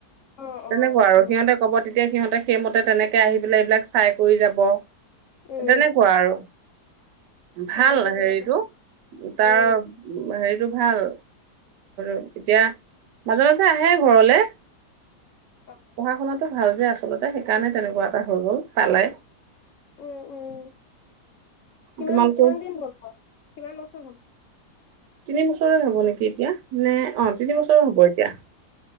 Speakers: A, on the left; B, on the right.
A: অ
B: তেনেকুৱা
A: অ
B: আৰু
A: উম
B: সিহঁতে ক'ব তেতিয়া সিহঁতে, সেইমতে তেনেকে আহি পেলাই এইবিলাক চাই কৰি যাব।
A: উম
B: তেনেকুৱা আৰু ভাল
A: উম সেই তেনেকুৱা
B: হেৰিটো,
A: চাগে। উম
B: তাৰ হেৰিটো, ভাল এতিয়া মাজে -মাজে আ, হে ঘৰলে।
A: অ
B: পঢ়া - শুনাটো ভাল যে আছ আচলতে সেইকাৰণে তেনেকুৱা এটা হৈ গ'ল তালে।
A: উম', - ওম', কিমান-কিমান
B: তোমালোকৰ
A: দিন হ'ল ক', কিমান বছৰ হ'ল?
B: তিনি বছৰে হব নেকি এতিয়া মানে, অ ', -তিনি বছৰ হ'ব এতিয়া।